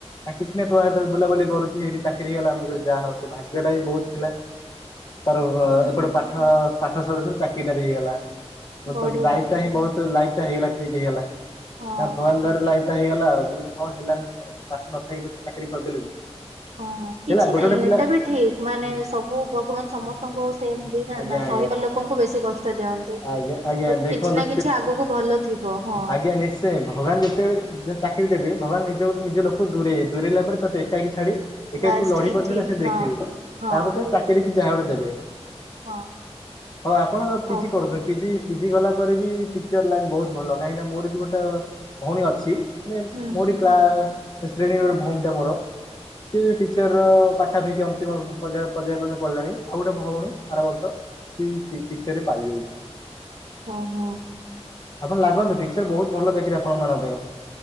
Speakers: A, on the left; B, on the right.
A: ଆ କିଛି ନାଇ ତୁ ସାଥିରେ ବୁଲାବୁଲି କରୁଛି ଏଇଠି ଚାକିରି ହେଇଗଲା। ମୁଁ କହିଲି ଯାହା ହଉ ତୋ ଭାଗ୍ୟଟା ବି <unintelligible> ଥିଲା। ତାର ବ
B: ହୁଁ
A: ଏପଟେଞ ପାଠ ପାଠ ସରୁସରୁ ଚାକିରିଟା ବି ହେଇଗଲା।
B: ବଢିଆ
A: ତୋ ଲାଇଫଟା ହିଁ ବହୁତ ତୋ ଲାଇଫଟା ହେଇଗଲା ଠିକ୍ ହେଇଗଲା।
B: ହଁ।
A: ନା ଭଗବାନ ଦୟାରୁ ଲାଇଫଟା ହେଇଗଲା ଆଉ ମୁଁ କହିଲି ହଁ ହେଲା ସତ କଥା ତୁ ପାଠ ନଥାଇକି ତୁ ଚାକିରିଟା କରିଦେଲୁ।
B: ହଁ
A: ହେଲା
B: କିଛି
A: ଗୋଟେ
B: ନାଇଁ
A: ଗୋଟେ ପିଲା
B: ଏଟା ବି ଠିକ୍ ମାନେ ସବୁଞ ଭଗବାନ ସମସ୍ତ୍ ଙ୍କୁ ସେମ୍ ଦେଇଥାନ୍ତି
A: ଆଜ୍ଞା
B: ନା
A: ଆଜ୍ଞା
B: ସହିବା ଲୋକଙ୍କୁ ବେଶୀ କଷ୍ଟ ଦିଅନ୍ତି।
A: ଆଜ୍ଞା ଆଜ୍ଞା
B: ତ
A: ଦେଖନ୍ତୁ
B: କିଛି ନା କିଛି ଆଗକୁ ଭଲ ଥିବ ହଁ।
A: ଆଜ୍ଞା ନିଶ୍ଚୟ ସେ ଭଗବାନ ଯେତେବେଳେ <unintelligible> ଚାକିରି ଦେବେ ଭଗବାନ ନିଜ ନିଜ ଲୋକ ଦୂରେଇବେ ଦୂରେଇଲା ପରେ ତତେ ଏକାକି ଛାଡ଼ିବେ। ଏକା
B: ବାସ୍
A: ତୁ ଲଢି
B: ଠିକ
A: ପାରୁଚୁ
B: ଠିକ
A: ନା ସେ ଦେଖିବି।
B: ହଁ।
A: ତାପରେ ସେ ଚାକିରି କି ଯାହା ଗୋଟେ ଦେବେ।
B: ହଁ!
A: ହଁ ଆପଣ ତ ପିଜି
B: ହଉ
A: କରିବେ? ପିଜି ପିଜି କଲା ପରେ ବି ଟିକ୍ଚର ଲାଇନ୍ ବହୁତ୍ ଭଲ କାହିଁକିନା ମୋର ବି ଗୋଟେ ଭଉଣୀ ଅଛି। ମାନେ
B: ହୁଁ
A: ମୋରି ଗାଁର ଶ୍ରେଣୀର ଭଉଣିଟା ମୋର। ସିଏ ବି ଟିଚର ପାଖାପାଖି ଅନ୍ତିମ ପଯ୍ୟୟ ପର୍ଯ୍ୟ ମାନେ ପଢ଼ିଲାଣି। ଆଉ ଗୋଟେ ଭଉଣୀ ଆର ବର୍ଷ ସିଏ ଟି ଟିଚରରେ ପାଇଯାଇଛି।
B: ହଁ ହଁ!
A: ଆପଣ ଲାଗନ୍ତୁ ଟିଚର ବହୁତ୍ ଭଲ ଦେଖିଲେ ଆପଣ ମାନଙ୍କ ପାଇଁ।